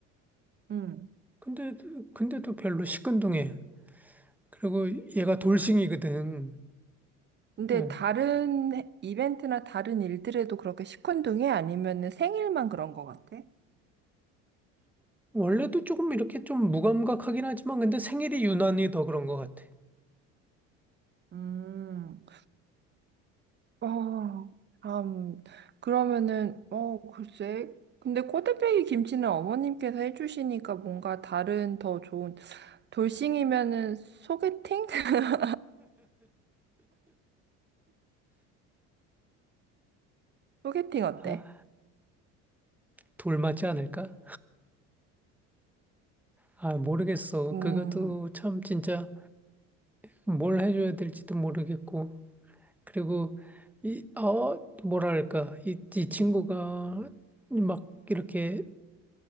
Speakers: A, on the right; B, in the centre.
A: 음.
B: 근데, 근데도 별로 시큰둥해. 그리고 얘가 돌싱이거든.
A: 근데
B: 응.
A: 다른 해- 이벤트나 다른 일들에도 그렇게 시큰둥해? 아니면은 생일만 그런 것 같아?
B: 원래도 조금 이렇게 좀 무감각하긴 하지만, 근데 생일이 유난히 더 그런 것 같아.
A: 음. 어, 참, 그러면은, 어, 글쎄. 근데 꼬들빼기 김치는 어머님께서 해주시니까 뭔가 다른 더 좋은, 돌싱이면은 소개팅? <laughs> 소개팅 어때?
B: 아, 돌 맞지 않을까? 아, 모르겠어.
A: 음,
B: 그것도 참 진짜 뭘 해줘야 될지도 모르겠고. 그리고, 이, 어, 뭐랄까. 이, 이 친구가 막 이렇게